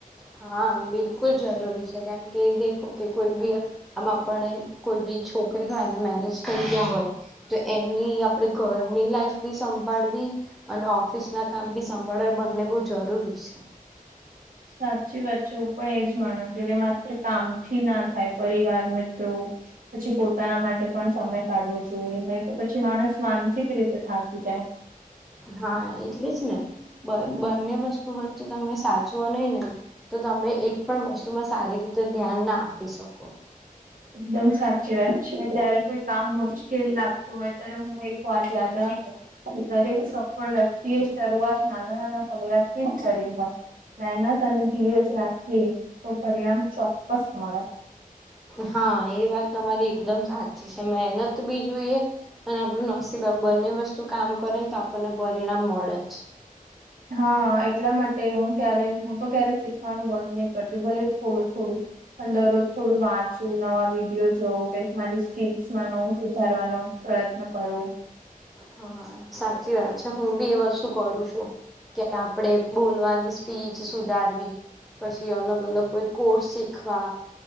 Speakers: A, in the centre; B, on the right.
A: હા બિલકુલ જરૂરી છે કેમ કે દેખો કે કોઈ બી આમ આપને કોઈ બી છોકરી હોય ને મેરેજ થઈ ગયા હોય તો એની આપણેે ઘરની લાઈફ બી સંભાળવી અને ઓફિસ ના કામ ભી સંભાળો એ બંને બહ જરૂરી છે
B: સાચી વાત છે હું પણ એજ માનું છું કે માત્ર કામથી ના થાય પરિવાર મ તો્રો પછી પોતાના માટે પણ સમય કાઢવો જોઈએ નહી તો પછી માણસ માનસિક રીતે થાકી જાય
A: હા એટલે જ ને બંને વસ્તુ વચ્ચે તમે સાચવા નહી ને તો તમે એક પણ વસ્તુમાં સારી રીતે ધ્યાન ના આપી શકો
B: એકદમ સાચી વાત છે, જયારે કોઈ કામ મુશ્કેલ લાગતું હોય ત્યારે હું એક વાત યાદ રાખુ દરેક સફળ વ્યક્તિ એ શરૂઆત નાના નાના પગલાથી જ કરી હોય. મહેનત અને દવેસ રાખીએ તો પરિણામ ચોક્કસ મળે
A: હા એ વાત તમારી એકદમ સાચી છે મહેનત બી જોઈએ અને આપણું નસીબ આમ બંને વસ્તુ કામ કરે ને તો આપણને પરિણામ મળે જ
B: હા એટલા માટે હું ક્યારે હું તો ક્યારે શીખવાનું બંધ નહી કરતી ભલે થોડું થોડું પણ દરરોજ થોડું વાંચવું નવા વિડીિયો જોવું કઈક મારી સ્કીલસમાં નવું સુધારવાનું પ્રયત્ન કરો
A: હા સાચી વાત છે હું બી એ વસ્તુ કરું છુ. કે આપડણે બોલવાની સ્પીચ સુધારવી પછી અલગ અલગ કોઈ કોર્સ શીખવા.